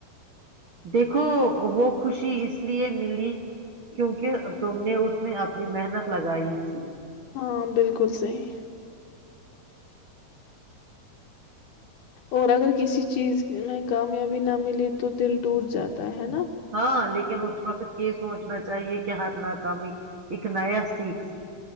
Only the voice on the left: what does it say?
ہاں بالکل صحیح اور اگر کسی چیز میں کامیابی نہ ملے تو دل ٹوٹ جاتا ہے نا